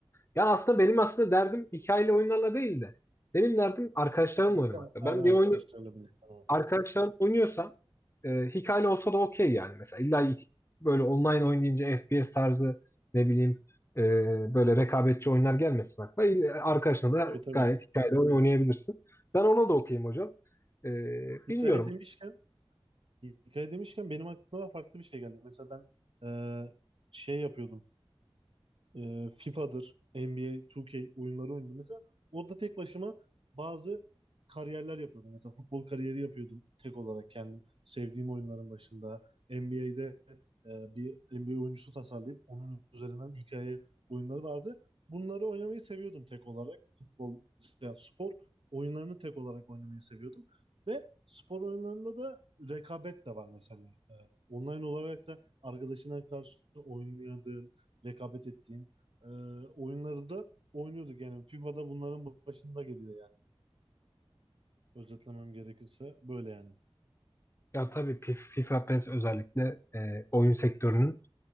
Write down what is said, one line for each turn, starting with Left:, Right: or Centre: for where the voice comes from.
Left: Yani aslında benim aslında derdim hikayeli oyunlarla değil de benim derdim arkadaşlarımla
Right: Birlikte
Left: oynamakta.
Right: ara
Left: Ben bir
Right: arkadaşlarla
Left: oyunu
Right: birlikte ama.
Left: arkadaşlar oynuyorsam e, hikayeli olsa da okey yani. Mesela illa ilk- böyle online oynayınca FPS tarzı ne bileyim e, böyle rekabetçi oyunlar gelmesin aklına. İyi, Arkadaşına da
Right: Tabii tabii.
Left: gayet hikayeli oyun oynayabilirsin. Ben ona da
Right: Hi-
Left: okeyim hocam. E,
Right: Hikaye
Left: bilmiyorum.
Right: demişken, hikaye demişken benim aklıma farklı bir şey geldi. Mesela ben eee, şey yapıyordum. e, FIFA'dır, NBA, 2K oyunları oynadım. Mesela orada tek başıma bazı kariyerler yapıyordum. Mesela futbol kariyeri yapıyordum tek olarak kendim. Sevdiğim oyunların başında. NBA'de bir NBA oyuncusu tasarlayıp onun üzerinden hikaye oyunları vardı. Bunları oynamayı seviyordum tek olarak. Futbol, yani spor oyunlarını tek olarak oynamayı seviyordum. Ve spor oyunlarında da rekabet de var mesela. E, online olarak da arkadaşına karşı oynadığın, rekabet ettiğin e, oyunları da oynuyorduk yani. FIFA'da bunların başında geliyor yani. Özetlemem gerekirse böyle yani.
Left: Ya tabii Pif- FIFA PES özellikle e, oyun sektörünün